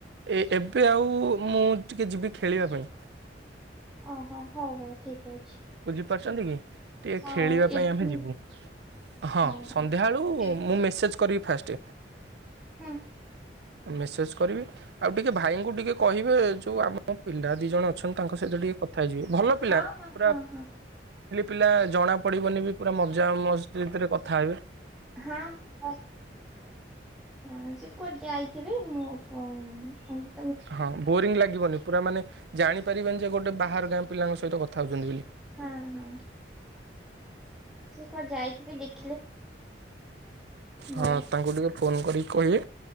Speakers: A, on the right (about 65°); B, in the centre.
A: ଏ ଏବେ ଆଉ ମୁଁ ଟିକେ ଯିବି ଖେଳିବା ପାଇଁ।
B: ଓହୋ ହଉ ହଉ ଠିକ ଅଛି।
A: କରିଛନ୍ତି କି ଟିକେ
B: ହଉ
A: ଖେଳିବା
B: ଇଭିନିଂ
A: ପାଇଁ ଆମେ ଯିବୁ। ହଁ
B: ହଉ ହଉ
A: ସନ୍ଧ୍ୟା ବଳୁ
B: ଇଭିନିଂ
A: ମୁଁ ମେସେଜ କରିବ। ଫାଷ୍ଟ୍
B: ହଁ
A: ମେ ସ କରିବେ ଆଉ ଟିକେ ଭାଇଙ୍କୁ ଟିକେ କହିବେ ଯୋଉ ଆମ ପିଲା ଦି ଜଣ ଅଛନ୍ତି ତାଙ୍କ ସହିତ ଟିକେଥା ବ ଭଲ ପିଲା
B: ହଁ ହଁ
A: ପୁର
B: ହଁ ହଁ
A: ପିଲା ଜଣା ପଡ଼ିବନି ବି ପୁରା ମଜା ମ। ଭିତରେ କଥା ହେଇବେ।
B: ହଁ ହଁ ହ ସେ କୁ ଯାଇଥିବି ମୁଁ ପରେ।
A: ହଁ ବୋରିଂ ଲାଗିବନି ପୁରା ମାନେ ଜାଣି ପାରିବନି ଯେ ଗୋଟେ ବାହାର ଗାଁ ପିଲାଙ୍କ ସହିତ କଥା ହେଉ ବୋଲି।
B: ହଁ ହଁ ସେ କୁଆଡ ଯାଇଥିବେ ଦେଖ। ବଳେ
A: ହଁ ତାଙ୍କୁ ଟିକେ ଫୋନ କରିକି କହିବେ